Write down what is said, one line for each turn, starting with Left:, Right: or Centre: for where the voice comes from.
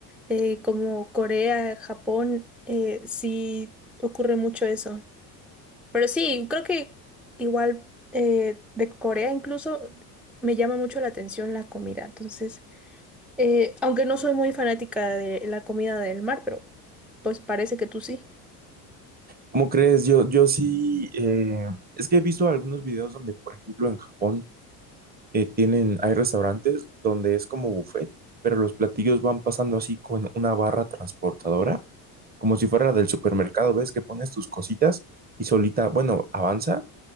Centre: eh, como Corea, Japón, eh, sí ocurre mucho eso. Pero sí, creo que igual eh, de Corea incluso me llama mucho la atención la comida. Entonces, eh, aunque no soy muy fanática de la comida del mar, pero pues parece que tú sí.
Right: ¿Cómo crees? Yo, yo sí, eh, es que he visto algunos videos donde, por ejemplo, en Japón eh, tienen, hay restaurantes donde es como buffet, pero los platillos van pasando así con una barra transportadora, como si fuera la del supermercado, ¿ves? Que pones tus cositas y solita, bueno, avanza,